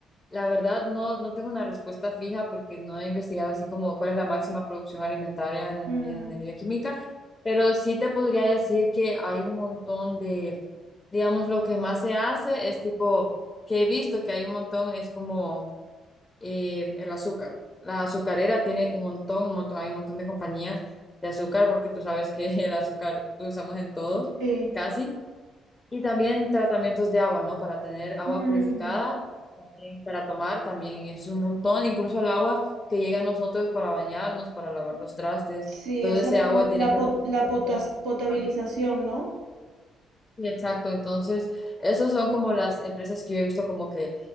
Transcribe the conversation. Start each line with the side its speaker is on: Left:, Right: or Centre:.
Left: la verdad no, no tengo una respuesta fija porque no he investigado así como cuál es la máxima producción alimentaria en
Right: mm,
Left: ingeniería química, pero sí te podría decir que hay un montón de, digamos, lo que más se hace es tipo, que he visto que hay un montón, es como eh, el azúcar. La azucarera tiene un montón, un montón, hay un montón de compañías de azúcar porque tú sabes que <laughs> el azúcar lo usamos en todo,
Right: sí,
Left: casi. Y también tratamientos de agua, ¿no? Para tener agua
Right: mm,
Left: purificada, también para tomar, también es un montón. Incluso el agua que llega a nosotros para bañarnos, para lavar los trastes,
Right: sí,
Left: todo
Right: o sea,
Left: ese agua
Right: la,
Left: tiene
Right: la,
Left: que
Right: pot-
Left: pasar
Right: la
Left: por
Right: potas-
Left: un tratamiento.
Right: potabilización,
Left: antes.
Right: ¿no?
Left: Sí, exacto. Entonces, esos son como las empresas que yo he visto como que